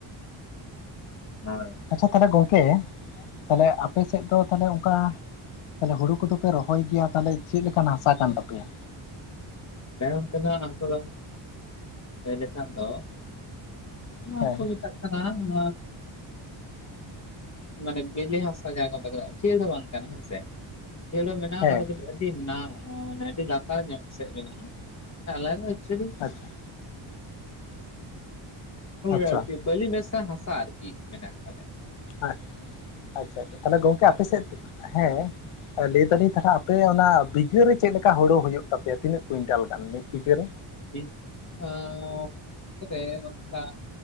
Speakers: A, on the left; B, on the left.
A: ᱦᱳᱭ
B: ᱟᱪᱪᱷᱟ ᱛᱟᱦᱞᱮ ᱜᱚᱝᱠᱮ ᱛᱟᱦᱞᱮ ᱟᱯᱮ ᱥᱮᱫ ᱫᱚ ᱛᱟᱦᱚᱞᱮ ᱚᱱᱠᱟ ᱛᱟᱦᱚᱞᱮ ᱦᱩᱲᱩ ᱠᱚᱫᱚ ᱯᱮ ᱨᱚᱦᱚᱭ ᱜᱮᱭᱟ ᱛᱟᱦᱚᱞᱮ ᱪᱮᱫ ᱞᱮᱠᱟᱱ ᱦᱟᱥᱟ ᱠᱟᱱ ᱛᱟᱯᱮᱭᱟ
A: ᱟᱞᱮ ᱚᱱᱛᱮᱱᱟᱜ ᱦᱟᱥᱟ ᱫᱚ ᱞᱟᱹᱭ ᱞᱮᱠᱷᱟᱱ ᱫᱚ ᱚᱱᱟ
B: ᱦᱮᱸ
A: ᱠᱚ ᱢᱮᱛᱟᱜ ᱚᱱᱟ ᱢᱟᱱᱮ ᱵᱤᱞᱤ ᱦᱟᱥᱟ ᱡᱟᱦᱟᱸ ᱠᱚ ᱢᱮᱛᱟᱜ ᱟᱹᱴᱷᱭᱟᱹᱲ ᱦᱚᱸ ᱵᱟᱝ <unintelligible> ᱦᱮᱸᱥᱮ ᱠᱷᱮᱞᱳ <unintelligible> ᱢᱮᱱᱟᱜᱼᱟ
B: ᱦᱮᱸ
A: ᱚᱱᱟ ᱫᱚ ᱠᱟᱹᱴ ᱟᱹᱰᱤ ᱢᱟᱱᱮ ᱟᱹᱰᱤ ᱞᱟᱛᱟᱨ ᱧᱚᱜ ᱥᱮᱫ ᱢᱮᱱᱟᱜᱼᱟ <unintelligible>
B: ᱟᱪᱪᱷᱟ
A: ᱦᱩᱠ
B: ᱟᱪᱪᱷᱟ
A: ᱟᱨᱠᱤ ᱵᱟᱹᱞᱤ ᱢᱮᱥᱟ ᱦᱟᱥᱟ ᱟᱨᱠᱤ ᱢᱮᱱ--ᱟ
B: ᱟᱪᱪᱷᱟ ᱟᱪᱪᱷᱟ ᱛᱟᱦᱞᱮ ᱜᱚᱝᱠᱮ
A: ᱦᱮᱸᱥᱮ
B: ᱟᱯᱮ ᱥᱮᱫ ᱦᱮᱸ ᱞᱟᱹᱭ ᱫᱟᱞᱤᱧ ᱛᱟᱦᱚᱞᱮ ᱟᱯᱮᱭᱟᱜ ᱚᱱᱟ ᱵᱤᱜᱷᱟᱹᱨᱮ ᱪᱮᱫ ᱞᱮᱠᱟ ᱦᱲᱩᱳ ᱦᱩᱭᱩᱜ ᱛᱟᱯᱮᱭᱟ ᱛᱤᱱᱟᱹᱜ ᱠᱩᱭᱤᱱᱴᱟᱞ ᱜᱟᱱ ᱢᱤᱫ ᱵᱤᱜᱷᱟᱹᱨᱮ
A: <unintelligible> ᱱᱚᱝᱠᱟ